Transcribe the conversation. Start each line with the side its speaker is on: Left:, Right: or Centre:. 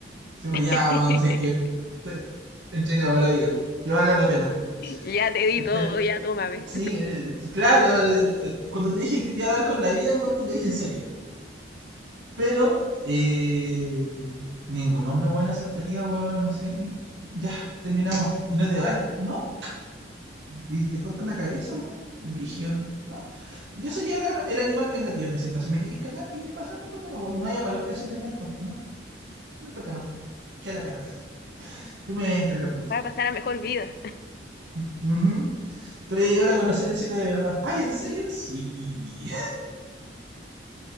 Right: Digo,
Left: <laughs>
Right: ya, weón, sé que estoy entregado a la vida. Que valga la pena.
Left: Ya te di
Right: ¿Cachai?
Left: todo, ya tómame.
Right: Sí, eh, claro, eh, eh, cuando te dije que te iba a dar con la vida, weón, te lo dije en serio. Pero eh, ningún hombre, weón, aceptaría, weón, no sé, y ya, terminamos y no te vais, ¿no? Y te cortan la cabeza, weón, brigio, ¿no? Yo sería la- el animal vengativo en ese caso. ¿Me queréis cagar? ¿Me queréis embarazar? No hay problema, weón. No hay a pagar pensión de alimentos, no, no hay problema. Quédate acá, yo me voy a encargar de ti.
Left: Para pasar a mejor vida.
Right: Mm, ujú. Te voy a llevar a conocer el cielo de verdad. ¿Ay, en serio? Sí,